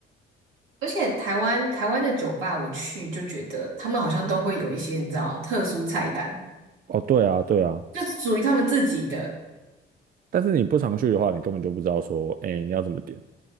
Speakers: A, on the right; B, on the right.
A: 而且台湾台湾的酒吧我去就觉得他们好像都会有一些你知道特殊菜单，
B: 哦，对啊，对啊，
A: 就属于他们自己的。
B: 但是你不常去的话，你根本就不知道说，哎，你要怎么点。